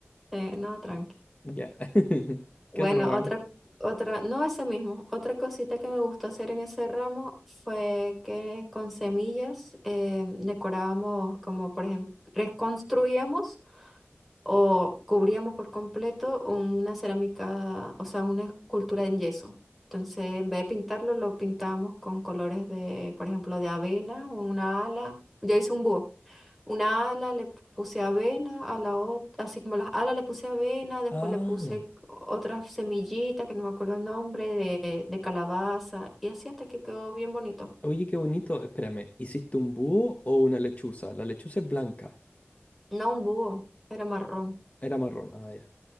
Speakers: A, in the centre; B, on the left.
A: sí, no, tranqui.
B: Ya. <laughs>
A: Bueno,
B: ¿Qué otro ramo?
A: otra, otra, no ese mismo, otra cosita que me gustó hacer en ese ramo fue que con semillas eh, decorábamos, como por ejemplo, reconstruíamos o cubríamos por completo una cerámica, o sea, una escultura en yeso. Entonces, en vez de pintarlo, lo pintábamos con colores de, por ejemplo, de avena, una ala. Yo hice un búho. Una ala le puse avena, a la otra, así como las alas le puse avena, después
B: Ah,
A: le puse otras semillitas que no me acuerdo el nombre, de, de calabaza, y así hasta que quedó bien bonito.
B: oye, qué bonito. Espérame, ¿hiciste un búho o una lechuza? La lechuza es blanca,
A: No un búho, era marrón.
B: era marrón. Ah, ya.